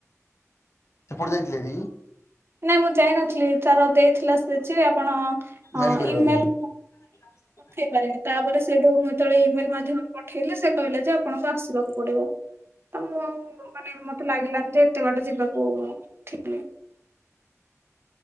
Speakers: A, on the left; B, on the right.
A: ସେପଟେ ଯାଇଥିଲେ ହେରି?
B: ନାଇଁ ମୁଁ ଯାଇନଥିଲି ତାର ଦେଇଥିଲା ସେ ଯେ ଆପଣ ଅ
A: ମେଲ କରିପାରିବେ।
B: ଇ-ମେଲ୍
A: <inaudible>
B: ଦେଇପାରିବେ ତାପରେ ସେଇଠୁ ମୁଁ ଯେତେବେଳେ ଇ-ମେଲ୍ ମାଧ୍ୟମରେ ପଠେଇଲି ସେ କହିଲେ ଯେ ଆପଣଙ୍କୁ ଆସିବାକୁ ପଡ଼ିବ। ତ ମୁଁ ଆଉ ମାନେ ମୋତେ ଲାଗିଲାନି ଯେ ଏତେ ବାଟ ଯିବାକୁ ଠିକ